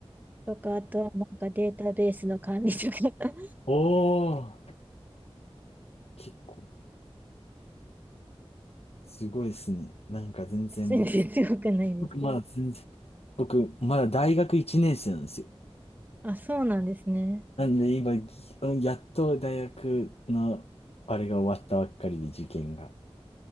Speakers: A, on the right; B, on the left.
A: とか、あとはなんかデータベースの管理とか、
B: おお、結構、すごいですね。なんか全然
A: <laughs> 全然強くないですけど。
B: 僕まだ全然、僕まだ大学1年生なんですよ。
A: あ、そうなんですね。
B: なんで今、やっと大学のあれが終わったばっかりで受験が。